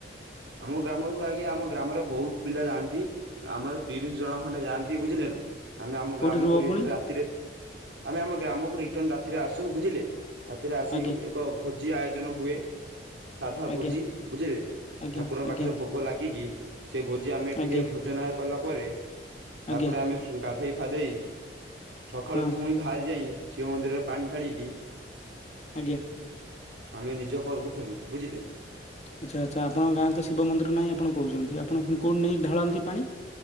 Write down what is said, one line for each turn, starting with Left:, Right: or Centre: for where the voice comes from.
Right: ଆମ ଗ୍ରାମରୁ ଆଜ୍ଞା ଆମ ଗ୍ରାମରେ ବହୁତ ପିଲା ଯାଆନ୍ତି। ଆମର ତିରିଶ ଜଣ ଖଣ୍ଡେ ଯାଆନ୍ତି ବୁଝିଲେ ନା। ଆମେ ଆମ
Left: କୋଉଠି
Right: ଗ୍ରାମକୁ
Left: ରୁହ ପୁଣି
Right: ରାତିରେ ଆମେ ଆମ ଗ୍ରାମକୁ ରିଟର୍ନ ରାତିରେ ଆସୁ ବୁଝିଲେ। ରାତିରେ ଆସି
Left: ଆଜ୍ଞା
Right: ଏକ ଭୋଜି ଆୟୋଜନ ହୁଏ। ସାଧା
Left: ଆଜ୍ଞା
Right: ଭୋଜି ବୁଝିଲେ।
Left: ଆଜ୍ଞା
Right: ଠାକୁରଙ୍କ ପାଖରେ
Left: ଆଜ୍ଞା
Right: ଭୋଗ ଲାଗିକି ସେ ଭୋଜି ଆମେ
Left: ଆଜ୍ଞା
Right: ଟିକେ ଭୋଜନାୟ କଲା ପରେ
Left: ଆଜ୍ଞା
Right: ତାପରେ ଆମେ ଗାଧେଇ ଫାଧେଇ ସଖାଳୁ
Left: ହଁ
Right: ଫୁଣି ବାହାରି ଯାଇ ଶିବ ମନ୍ଦିରରେ ପାଣି ଢାଳିକି
Left: ଆଜ୍ଞା
Right: ଆମେ ନିଜ ଘରକୁ ଫେରୁ ବୁଝିଲେ।
Left: ଆଚ୍ଛା ଆଚ୍ଛା ଆପଣଙ୍କ ଗାଁରେ ତ ଶିବମନ୍ଦିର ନାହିଁ ଆପଣ କହୁଛନ୍ତି। ଆପଣ କୋଉଠି ନେଇ ଢାଳନ୍ତି ପାଣି?